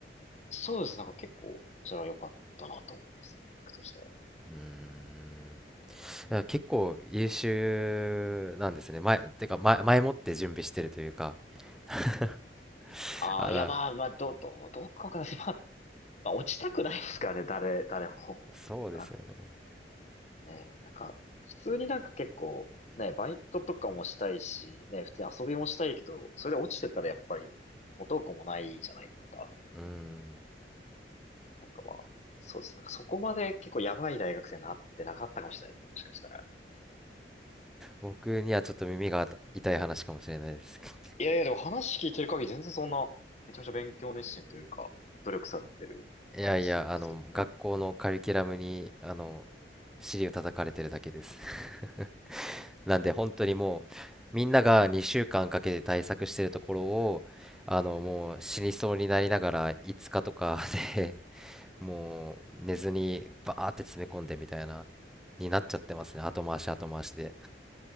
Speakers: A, on the left (about 40°); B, in the centre.
A: そうです。なんか結構、それは良かったなと思いますね。テクとして。
B: うーん。いや結構優秀なんですね。前、てか前、前もって準備してるというか。<laughs>
A: ああ、
B: あら、
A: いや、まあまあ、どう、どう、どうかわかんないです。<laughs> まあ、まあ、落ちたくないですからね、誰、誰も。
B: そうですよね。
A: なえーなんか、普通になんか結構、ね、バイトとかもしたいし、ね、普通に遊びもしたいけど、それで落ちてたらやっぱり、元も子もないじゃないですか。
B: うーん。
A: なんかまあ、そうですね。なんかそこまで結構やばい大学生になってなかったかもしれないですね。もしかしたら。
B: 僕にはちょっと耳が痛い話かもしれないですけど。
A: いやいや、でも話聞いてる限り全然そんな、めちゃめちゃ勉強熱心というか、努力されてる感じすりますけどね。
B: <laughs> いやいや、あの、学校のカリキュラムに、あの、尻を叩かれてるだけです。<laughs> なんで本当にもう、
A: でも、
B: みんなが2週間かんかけて対策してるところを、あの、もう死にそうになりながら5日とかで、<laughs> もう寝ずにバーって詰め込んでみたいな、になっちゃってますね。後回し後回しで。